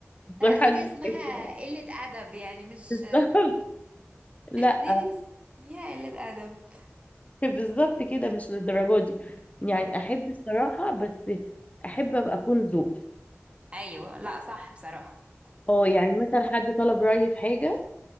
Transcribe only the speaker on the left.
بصراحة
دي
محتاجاها.
<laughs> بالظبط لا
بالظبط كده مش للدرجة دي يعني
أحب الصراحة بس أحب أبقى أكون ذوق
اه يعني مثلا حد طلب رأيي في حاجة